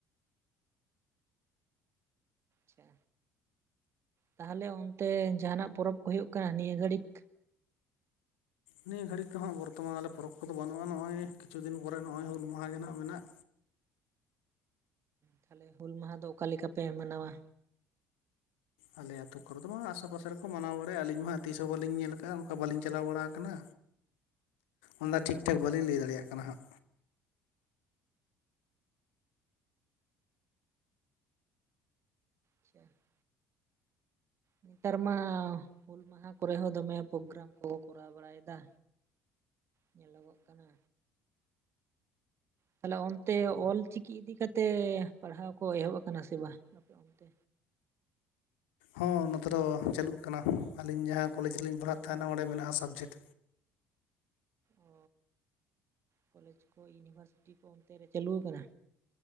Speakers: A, on the right; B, on the left.
A: ᱪᱷᱟ ᱛᱟᱦᱚᱞᱮ ᱚᱱᱛᱮ ᱡᱟᱦᱟᱸᱱᱟᱜ ᱯᱚᱨᱚᱵ ᱠᱚ ᱦᱩᱭᱩᱜ ᱠᱟᱱᱟ ᱱᱤᱭᱟᱹ ᱜᱷᱟᱹᱲᱤᱠ?
B: ᱱᱤᱭᱟᱹ ᱜᱷᱟᱹᱲᱤᱡ ᱛᱮ ᱦᱚᱸ ᱵᱚᱨᱛᱚᱢᱟᱱ ᱟᱞᱮ ᱯᱚᱨᱚᱵᱽ ᱠᱚᱫᱚ ᱵᱟᱱᱩᱜ-ᱟ, ᱱᱚᱜ-ᱚᱭ ᱠᱤᱪᱷᱩ ᱫᱤᱱ ᱯᱚᱨᱮ ᱱᱚᱜ-ᱚᱭ ᱦᱩᱞ ᱢᱟᱦᱟᱸ ᱜᱮ ᱱᱟᱦᱟᱸᱜ ᱢᱮᱱᱟᱜ᱾
A: ᱛᱟᱦᱚᱞᱮ ᱦᱩᱞ ᱢᱟᱦᱟᱸ ᱫᱚ ᱚᱠᱟ ᱞᱮᱠᱟ ᱯᱮ ᱢᱟᱱᱟᱣᱟ?
B: ᱟᱞᱮ ᱟᱛᱩ ᱠᱚᱨᱮ ᱫᱚ ᱵᱟᱝᱟ ᱟᱥᱮ ᱯᱟᱥᱮ ᱨᱮᱠᱚ ᱢᱟᱱᱟᱣ ᱵᱟᱲᱟᱭᱟ ᱟᱹᱞᱤᱧ ᱢᱟ ᱦᱟᱸᱜ ᱛᱤᱥᱸᱦᱚᱸ ᱵᱟᱹᱞᱤᱧ ᱧᱮᱞ ᱟᱠᱟᱜ-ᱟ, ᱚᱱᱠᱟ ᱵᱟᱹᱞᱤᱧ ᱪᱟᱞᱟᱣ ᱵᱟᱲᱟ ᱟᱠᱟᱱᱟ᱾ ᱚᱱᱟ ᱫᱚ ᱴᱷᱤᱠᱼᱴᱷᱟᱠ ᱵᱟᱹᱞᱤᱧ ᱞᱟᱹᱭ ᱫᱟᱲᱮᱭᱟᱜ ᱠᱟᱱᱟ ᱦᱟᱸᱜ᱾
A: <inaudible> ᱱᱮᱛᱟᱨ ᱢᱟ ᱦᱩᱞ ᱢᱟᱦᱟᱸ ᱠᱚᱨᱮ ᱦᱚᱸ ᱫᱚᱢᱮ ᱯᱨᱳᱜᱽᱨᱟᱢ ᱠᱚ ᱠᱚ ᱠᱚᱨᱟᱣ ᱵᱟᱲᱟᱭᱮᱫᱟ᱾ ᱧᱮᱞᱚᱜᱚᱜ ᱠᱟᱱᱟ᱾ ᱛᱟᱦᱚᱞᱮ ᱚᱱᱛᱮ ᱚᱞ ᱪᱤᱠᱤ ᱤᱫᱤ ᱠᱟᱛᱮᱜ ᱯᱟᱲᱦᱟᱣ ᱠᱚ ᱮᱦᱚᱵ ᱟᱠᱟᱱᱟ ᱥᱮ ᱵᱟᱝ ᱟᱯᱮ ᱚᱱᱛᱮ?
B: ᱦᱚᱸ ᱱᱚᱛᱮ ᱫᱚ ᱪᱟᱹᱞᱩᱜ ᱠᱟᱱᱟ, ᱟᱞᱤᱧ ᱡᱟᱦᱟᱸ ᱠᱚᱞᱮᱡᱽ ᱨᱤᱞᱤᱧ ᱯᱟᱲᱦᱟᱜ ᱛᱟᱦᱮᱱᱟ ᱚᱸᱰᱮ ᱢᱮᱱᱟᱜ-ᱟ ᱥᱟᱵᱽᱡᱮᱠᱴ᱾
A: ᱚ ᱠᱚᱞᱮᱡ ᱠᱚ ᱤᱭᱩᱱᱤᱵᱷᱟᱨᱥᱤᱴᱤ ᱠᱚ ᱚᱱᱛᱮ ᱨᱮ ᱪᱟᱹᱞᱩᱣ ᱠᱟᱱᱟ?